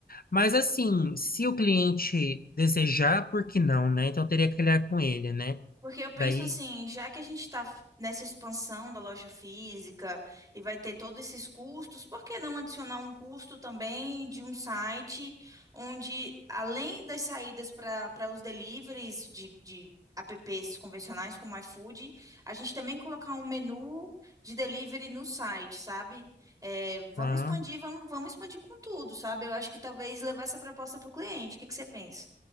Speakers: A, on the left; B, on the right.
A: Mas assim, se o cliente desejar, por que não, né? Então eu teria que olhar com ele, né?
B: Porque eu penso
A: Daí,
B: assim, já que a gente está nessa expansão da loja física e vai ter todos esses custos, por que não adicionar um custo também de um site onde, além das saídas para para os deliveries de, de apps convencionais como iFood, a gente também colocar um menu de delivery no site, sabe? É, vamos
A: ah,
B: expandir, vamos, vamos expandir com tudo, sabe? Eu acho que talvez levar essa proposta para o cliente. O que que você pensa?